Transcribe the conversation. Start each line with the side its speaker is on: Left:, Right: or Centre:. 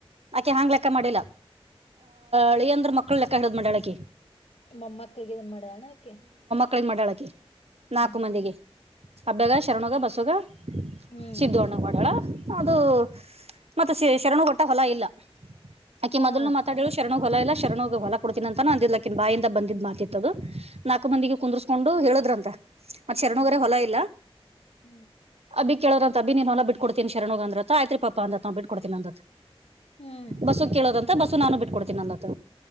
Right: ಆಕಿ ಹಾಂಗ ಲೆಕ್ಕ ಮಾಡಿಲ್ಲ ಅಳಿಯಂದರ ಮಕ್ಕಳ ಲೆಕ್ಕ ಹಿಡದ ಮಾಡ್ಯಾಳ ಆಕಿ.
Left: ಮೊಮ್ಮಕ್ಕಳಿಗ ಇದನ್ ಮಾಡ್ಯಾಳನ ಆಕಿ.
Right: ಕಳೆದ ಮಾಡ್ಯಾಳ ಆಕಿ
Left: ಹ್ಮ್
Right: ನಾಲ್ಕು ಮಂದಿಗೆ ಅಬ್ಬ್ಯಾಗ ಶರುಣುಗ ಬಸುಗ
Left: ಹ್ಮ್
Right: ಸಿದ್ದು ಅಣ್ಣಾಗ ಮಾಡ್ಯಾಳ. ಅದು ಮತ್ತ ಶರಣುಗ ಓಟ್ಟ ಹೊಲ ಇಲ್ಲ ಆಕೆ
Left: ಹಾ
Right: ಮೊದಲು ಮಾತಾಡಿದ್ಲು ಶರಣು ಹೊಲ ಇಲ್ಲ ಶರಣೋಗ ಹೊಲ ಕೊಡ್ತೀನ ಅಂತ ಅಂದಿದ್ಲ ಆಕಿ ಬಾಯಿಂದ ಬಂದಿದ್ ಮಾತಿತ್ತ ಅದು ನಾಲ್ಕು ಮಂದಿಗೆ ಕುಂದ್ರಿಸಿಕೊಂಡು ಹೇಳ ಅಂದಿರಂತ ಮತ್ತ
Left: ಹ್ಮ್
Right: ಶರಣಗರ ಹೊಲ ಇಲ್ಲ.
Left: ಹ್ಮ್
Right: ಅಬಿ ಕೇಳಿರಂತ ಅಬಿ ನಿನ್ನ ಹೊಲ ಬಿಟ್ ಕೊಡ್ತನಿ ಶರಣುಗ ಅಂದ್ರಂತ ಆಯತ್ರಿ ಪಪ್ಪ ಅಂದ ಅಂತ ಬಿಟ್ಟ ಕೊಡ್ತೇನ್ರಿ ಅಂದತ್.
Left: ಹ್ಮ್
Right: ಬಸುಗ ಕೇಳಿದಂತ ಬಸ್ಸು ನಾನು ಬಿಟ್ಕೊಡ್ತೀನಿ ಅಂದಂತ.